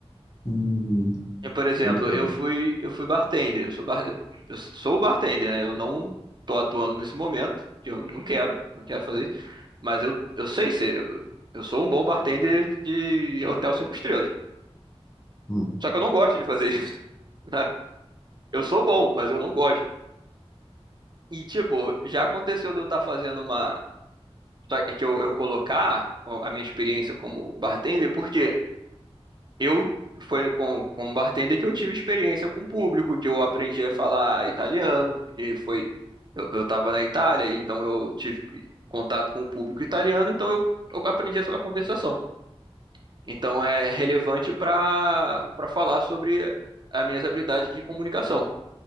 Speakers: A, on the left; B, on the right.
A: hum,
B: Eu, por exemplo,
A: hum,
B: eu fui, eu fui bartender, eu sou bar, eu sou bartender, né? Eu não tô atuando nesse momento, que eu não quero, não quero fazer isso, mas eu, eu sei ser, eu, eu sou um bom bartender de hotel cinco estrelas.
A: hum.
B: Só que eu não gosto de fazer isso, <laughs> né? Eu sou bom, mas eu não gosto. E, tipo, já aconteceu de eu estar fazendo uma. só que eu, eu colocar a minha experiência como bartender, porque Eu foi com como bartender que eu tive experiência com o público, que eu aprendi a falar italiano, porque foi eu, eu estava na Itália, então eu tive contato com o público italiano, então eu, eu aprendi a conversação. Então é relevante para para falar sobre as minhas habilidades de comunicação.